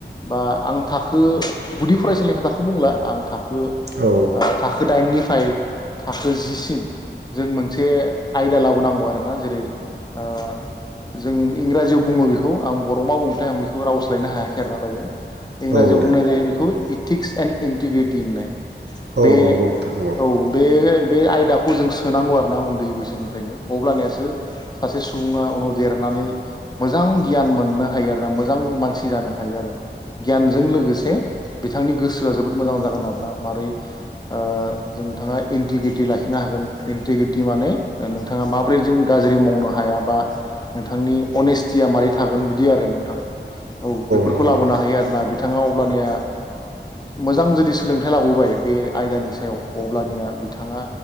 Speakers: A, on the left; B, on the right.
A: बा आं थाखो गुदि फरायसालिनि खोथाखौ बुंला आं ओ
B: औ
A: आ थाखो थाखो दाइननिफ्राय थाखो जिसिम जों मोनसे आयदा लाबोनांगौ आरोना जेरै ओ जों इंराजियाव बुङो बेखौ आं बर' मा बुंङोथाय आं बेखौ रावस्लायनो हायाखै आरोना दायो इंराजियाव
B: औ
A: बुंनाय
B: दे
A: जायो बिखौ इटक्स एन्ड इन्टिग्रिटि थिननाय
B: औ
A: बे
B: नंगौ नोंथां नंगौ
A: औ बे बे आय दाखौ जों सोनांगौ आरो ना उन्दै बैसोनिफ्रायनो अब्लनिसो सासे सुबुङा उनाव देरनानै मोजां गियान मोननो हायो आरो ना मोजां मानसि जानो हायो आरो गियानजों लोगोसे बिथांनि गोसोआ जोबोद मोजां जागोन आरोना मारै आ जोंथाङा एक्टिभिटि लाखिनो हागोन एक्टिभिटि माने नोंथाङा माब्रै जों गाज्रि मावनो हाया बा नोंथांनि अनेसथिआ मारैथागोन बिदि आरो नोंथां औ बेफोरखौ
B: नंगौ
A: लाबोनो
B: नोंथां
A: हायो आरोना बिथाङा अब्लानिया मोजां रिलिस सोलोंथाइ लाबोबाय बे आयदानि सायाव अब्लानिया बिथाङा